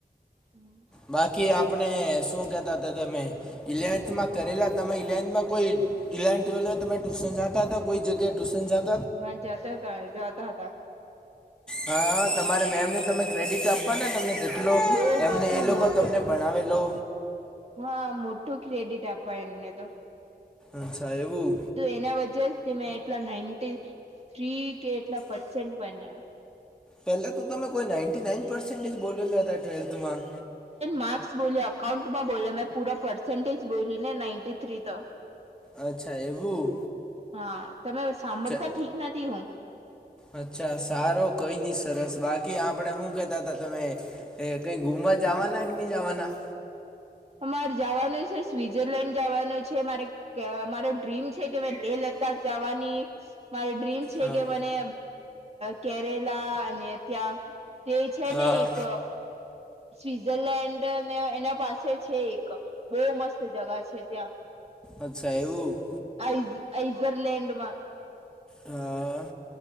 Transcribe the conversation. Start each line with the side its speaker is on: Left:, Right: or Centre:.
Right: હમ
Centre: બાકી આપણે શું કહેતા હતા, તમે ઇલેવન્થમાં કરેલા તમે ઇલેવન્થમાં કોઈ ઇલેવન ટ્વેલ્વમાં તમે ટ્યુશન જાતા હતા કોઈ જગ્યા ટ્યુશન જાતા
Right: હા જાતા હતા જતા હતા.
Centre: હા તમારે મેમને તમે ક્રેડિટ આપવા ને તમને એટલો
Right: બહ
Centre: એમને
Right: બધું
Centre: એ લોકો
Right: મોટું
Centre: તમને ભણાવેલો
Right: હા મોટું ક્રેડિટ આપવા એમને તો
Centre: અચ્છા એવું
Right: એના વચ્ે જ તમે એટલા નાન્ટી થ્રી કે એટલા પસેન્ટ બન્યા
Centre: પહેલા તો તમે કોઈ નાઈન્ટી નાઈન પર્સેન્ટેજ બોલેલા હતા ટ્વેલ્થમાં
Right: માર્સ બોલ અકાઉન્ટમાં બોલ મેં પૂરા પર્સન્ટેજ બોલી ને નાઇન્ટી થ્રી તો
Centre: અચ્છા એવું
Right: હા તમે સાંભળતા
Centre: ચ
Right: ઠીક નથી હું
Centre: અચ્છા સારો કોઈ નહી સરસ બાકી આપણે શું કહેતા હતા તમે એ કંઈ ઘુમવા જવાના કે નહીં જવાના
Right: અમારે જવાનું છે સ્વિઝરલેન્ડ જવાનું છે, મારે કે મારો ડ્રીમ છે કે મેં લેહ લદ્દાખ જવાની મારી ડ્રીમ છે
Centre: હા
Right: કે મને કેરેલા અને ત્યાં તે છે
Centre: હા
Right: ને એક સ્વઝરલેન્ડ ને એના પાસે છે, એક બહુ મસ્ત જગા છે ત્યાં
Centre: અચ્છા એવું
Right: ઝઈઝરલાન્ડમાં
Centre: અ